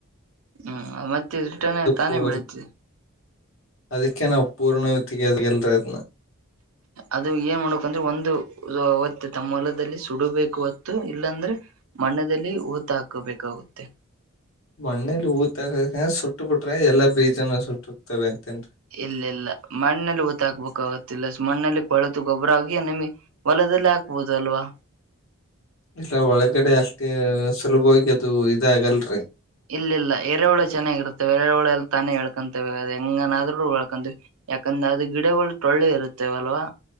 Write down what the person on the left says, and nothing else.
ಪೂರ್
ಅದಕ್ಕೆ ನಾವ್ ಪೂರ್ಣ ತೆಗಿಯೋದ ಇಲ್ರಿ ಅದನ್ನ
ಮಣ್ಣೇಲಿ ಊತ ಆಗಕ ಸುಟ್ಟ ಬಿಟ್ರೆ ಎಲ್ಲಾ ಬೀಜನು ಸುಟ್ಟ ಹೋಗಕ್ತವೆ ಅಂತ
ಇಲ್ಲ ಒಳಗಡೆ ಅಷ್ಟೇ ಸುಲಭವಾಗಿ ಅದು ಇದಾಗಲ್ರಿ